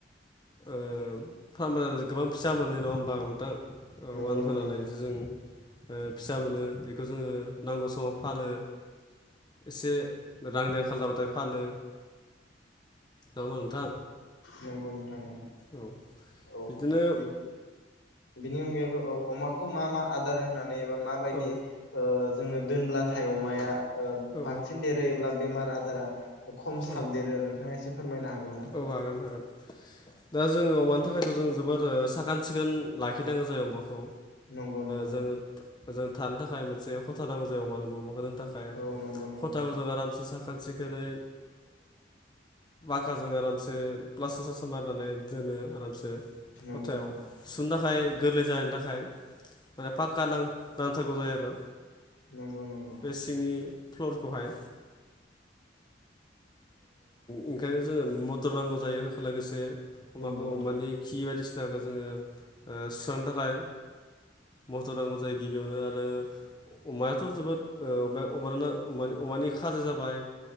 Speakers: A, on the left; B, on the left.
A: ओ फारमा गोबां फिसा मोनो नङा होमबा थां
B: नंगौ
A: वान
B: नोंथां
A: होनानैसो
B: नंगौ
A: जों फिसा मोनो बेखौ जोङो नांगौ समाव फानो एसे रांनि आंखाल जाबाथाय फानो औ नोंथां
B: नंगौ नोंथांमोन
A: औ
B: औ
A: बिदिनो
B: बि बिनि अनगायैबो अमाखौ मा मा आदार होनानै एबा माबायदि
A: औ
B: जोङो दोनब्लाथाय अमाया
A: औ
B: बांसिन देरहोयोब्ला बेमार आजारा खम साब
A: औ
B: देरो नोंथाङा एसे फोरमायनो हागोन ना?
A: औ हागोन हागोन दा जोङो अमानि थाखायथ' जों जोबोद साखोन सिखोन लाखिनांगौ जायो अमाखौ
B: नंगौ नंगौ
A: जों जों थानो थाखाय मोनसे खथा नांगौ जायो मानो होनबा माखौ थाखाय
B: औ नंगौ नंगौ
A: खथाखौ जों आरामसे साखोन सिखोनै आाजों आरामसे प्लास्टार सासार मारनानै दोनो आरामसे
B: नंगौ
A: खथायाव सु थाखाय थाखाय गोरलै जाहैनि थाखाय माने पक्का नां नांथारगौ जायो आरो
B: नंगौ नंगौ
A: बे सिंनि फ्लरखौहाय ओंखायनो जोङो मथर नांगौ जायो लोगोसे अमाखौ
B: नंगौ नंगौ
A: अमानि खि बायदिसिना फखौ जोङो सुस्रांनो थाखाय मथर नांगौ जायो गिबियावनो आरो अमायाथ' जोबोदमाया अमाना अमानि खाजो जाबाय